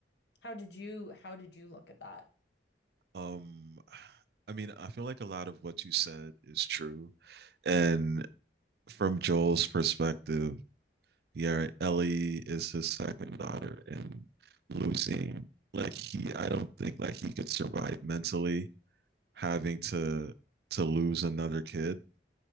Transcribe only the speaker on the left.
How did you how did you look at that?